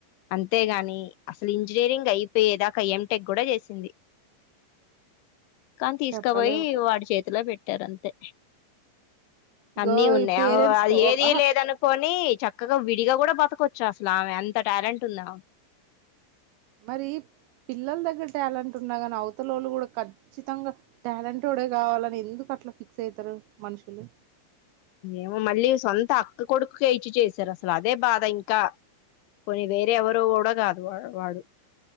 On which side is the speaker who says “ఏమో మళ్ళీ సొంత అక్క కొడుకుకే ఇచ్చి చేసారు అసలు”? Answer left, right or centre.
Left